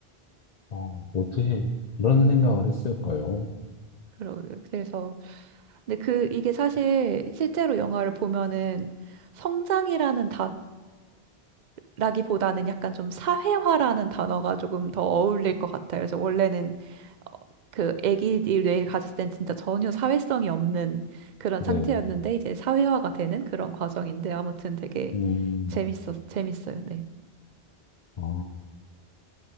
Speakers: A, on the left; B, on the right.
A: 아, 어떻게 그런 생각을 했을까요?
B: 그러 그래서 근데 그 이게 사실 실제로 영화를 보면은 성장이라는 단어라기보다는 약간 좀 사회화라는 단어가 조금 더 어울릴 것 같아요. 그래서 원래는 어, 그 아기의 뇌를 가졌을 땐 진짜 전혀 사회성이 없는 그런
A: 네,
B: 상태였는데 이제 사회화가 되는 그런 과정인데 아무튼 되게
A: 음,
B: 재밌었 재밌어요. 네.
A: 아,